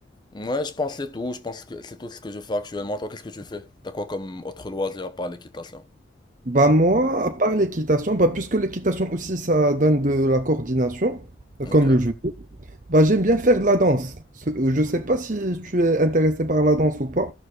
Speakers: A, on the left (about 25°); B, on the right (about 40°).
A: Ouais, je pense c'est tout. Je pense que c'est tout ce que je fais actuellement. Toi, qu'est-ce que tu fais? T'as quoi comme autre loisir à part l'équitation?
B: Bah moi, à part l'équitation, bah puisque l'équitation aussi ça donne de la coordination, euh,
A: Ok.
B: comme le judo, bah j'aime bien faire de la danse. Ce- euh, Je sais pas si tu es intéressé par la danse ou pas,